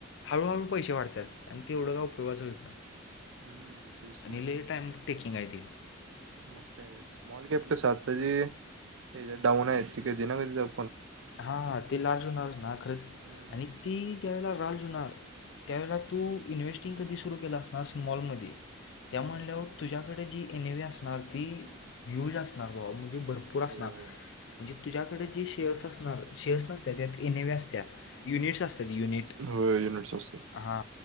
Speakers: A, on the left; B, on the right.
A: हळूहळू पैसे वाढत्यात आणि तेवढं काय उपयोगाच व्हईत नाही.
B: हम्म तेच की,
A: आणि ले टाईम टेकिंग आहे ते
B: म काय तर स्मॉल कॅप कसं आताजी हे जे डाऊन आहेत ते कधी ना कधी जम
A: हा ते लार्ज होणारच ना खरंच,
B: हम्म
A: आणि ती ज्या वेळेला लार्ज हूणार, त्यावेळेला तू इन्व्हेस्टिंग कधी सुरू केलं असणार स्मॉलमध्ये?
B: हम्म
A: त्या म्हनल्यावर तुझ्याकडे जी एनवी असणार, ती ह्यूज असणार बाबा म्हणजे भरपूर असनार
B: होय
A: म्हजे, तुझ्याकडे जे शेअर्स असत नार शेअर्स नसत्यात त्यात, ए ने वी असत्या युनिट्स अस युनिट,
B: होय युनिट्स असतात.
A: हा